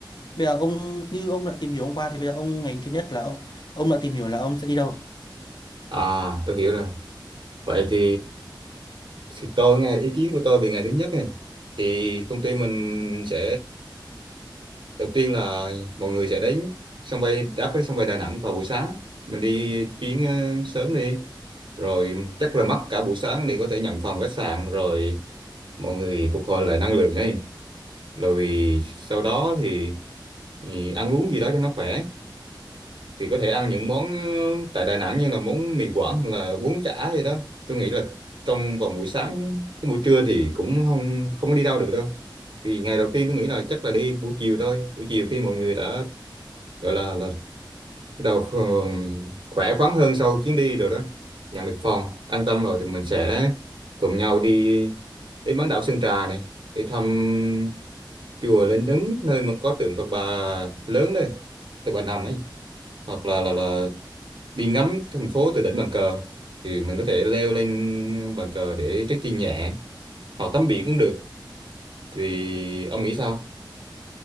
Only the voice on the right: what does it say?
à tôi hiểu rồi vậy thì thì tôi nghe ý kiến của tôi về ngày thứ nhất này thì công ty mình sẽ đầu tiên là mọi người sẽ đến sân bay đáp với sân bay Đà Nẵng vào buổi sáng mình đi chuyến ờ, sớm đi rồi chắc là mất cả buổi sáng để có thể nhận phòng khách sạn rồi mọi người phục hồi lại năng lượng ấy rồi sau đó thì, thì ăn uống gì đó cho nó khỏe thì có thể ăn những món ờ, tại Đà Nẵng như là món mì Quảng hoặc là bún chả gì đó tôi nghĩ là trong vào buổi sáng cái buổi trưa thì cũng không không có đi đâu được đâu thì ngày đầu tiên tôi nghĩ là chắc là đi buổi chiều thôi buổi chiều khi mọi người đã gọi là là bắt đầu kh- khỏe khoắn hơn sau chuyến đi rồi đó nhận được phòng an tâm rồi thì mình sẽ cùng nhau đi đến bán đảo Sơn Trà này để thăm chùa Linh Ứng nơi mà có tượng Phật Bà lớn đây Phật Bà nằm ấy hoặc là là là đi ngắm thành phố từ đỉnh bàn cờ thì mình có thể leo lên bàn cờ để trekking nhẹ hoặc tắm biển cũng được thì ông nghĩ sao